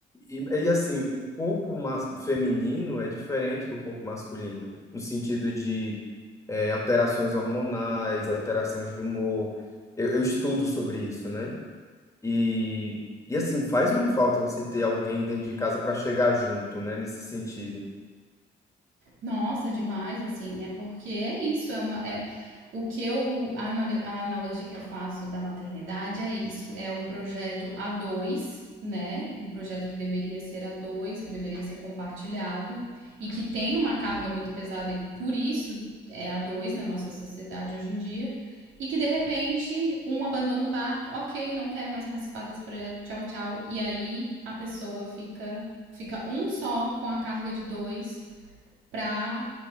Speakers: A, on the left; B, on the right.
A: E, e assim, o corpo mas, feminino é diferente do corpo masculino, no sentido de é, alterações hormonais, alterações de humor. Eu, eu estudo sobre isso, né? E, e assim, faz uma falta você ter alguém dentro de casa para chegar junto, né? Nesse sentido.
B: Nossa, demais, assim, é porque é isso, é uma, é, o que eu, a analo- a analogia que eu faço da maternidade é isso, é um projeto a dois, né? Um projeto que deveria ser a dois, que deveria ser compartilhado e que tem uma carga muito pesada e por isso é a dois na nossa sociedade hoje em dia. E que de repente um abandona o barco, ok, não quero mais participar desse projeto, tchau, tchau. E aí a pessoa fica, fica um só com a carga de dois para,